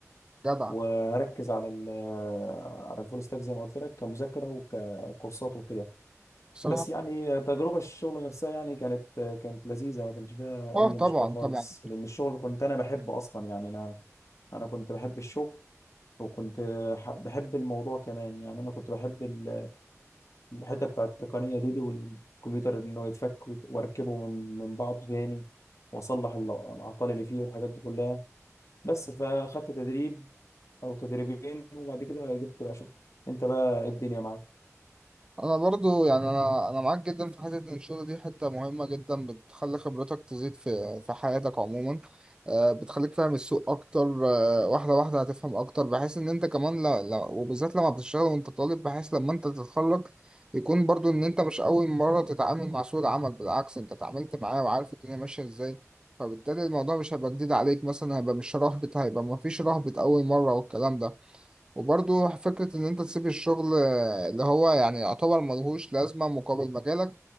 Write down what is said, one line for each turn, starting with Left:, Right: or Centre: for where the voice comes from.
Right: جدع
Left: وهركز على ال على الفول ستاك زي ما قلت لك كمذاكره وككورسات وكده
Right: الصراحه
Left: بس يعني تجربه الشغل نفسها يعني كانت كانت لذيذه ما كانش فيها
Right: اه
Left: اي
Right: طبعا
Left: مشكله خالص
Right: طبعا
Left: لان الشغل كنت انا بحبه اصلا يعني انا انا كنت بحب الشغل وكنت ح- بحب الموضوع كمان يعني انا كنت بحب ال- الحته بتاع التقنيه دي دي والكمبيوتر انه يتفك وت- واركبه من من بعضه تاني واصلح ال- الاعطال اللي فيه والحاجات دي كلها بس فاخدت تدريب او تدريبين وبعد كده جبت بقى شغل انت بقى إيه الدنيا معاك
Right: انا برضو يعني انا انا معاك جدا في حته ان الشغل دي حته مهمه جدا بتخلي خبرتك تزيد في في حياتك عموما آه، بتخليك فاهم السوق اكتر آه، واحده واحده هتفهم اكتر بحيث ان انت كمان لا لا وبالذات لما بتشتغل وانت طالب بحيث لما انت تتخرج يكون برضو ان انت مش اول مره تتعامل مع سوق العمل بالعكس انت اتعاملت معاه وعارف الدنيا ماشيه ازاي فبالتالي الموضوع مش هيبقى جديد عليك مثلا هيبقى مش رهبة هيبقى مفيش رهبة أول مرة والكلام ده وبرضه فكرة إن أنت تسيب الشغل آه، اللي هو يعني يعتبر ملهوش لازمة مقابل مجالك